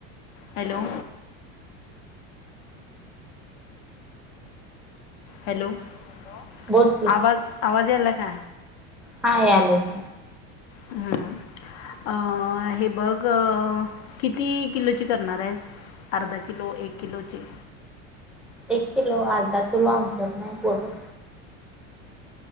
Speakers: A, on the left; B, in the centre.
A: हॅलो हॅलो हॅलो
B: बोल की.
A: आवाज आवाज यायलाय का‌?
B: हा यायलेत.
A: हम्म अ हे बघ किती किलोची करणार आहेस अर्धा किलो एक किलोचे
B: एक किलो अर्धा किलो आमच्यात नाही पुरत